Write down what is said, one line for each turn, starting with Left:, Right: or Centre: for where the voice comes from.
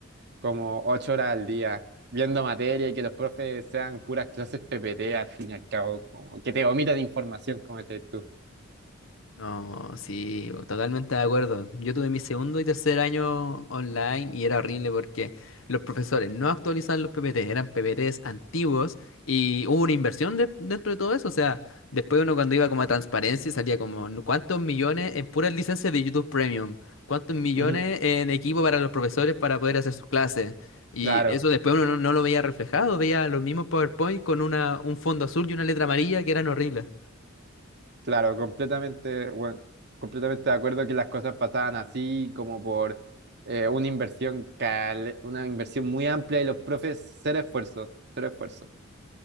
Right: como ocho horas al día, viendo materia y que los profes sean puras clases PPT al fin y al cabo, como que te vomitan información, como decís tú.
Left: No, sí, totalmente de acuerdo. Yo tuve mi segundo y tercer año online y era horrible porque los profesores no actualizaban los PPT, eran PPTs antiguos y hubo una inversión de- dentro de todo eso. O sea, después uno cuando iba como a transparencia salía como "No, cuántos millones en puras licencias de YouTube Premium, cuántos millones
Right: Ujú,
Left: en equipo para los profesores para poder hacer sus clases. Y
Right: Claro.
Left: eso después uno no, no lo veía reflejado, veía los mismos PowerPoint con una, un fondo azul y una letra amarilla que eran horribles.
Right: Claro, completamente, bueno, completamente de acuerdo que las cosas pasaban así, como por eh, una inversión cal- una inversión muy amplia y los profes ser esfuerzo, ser esfuerzo.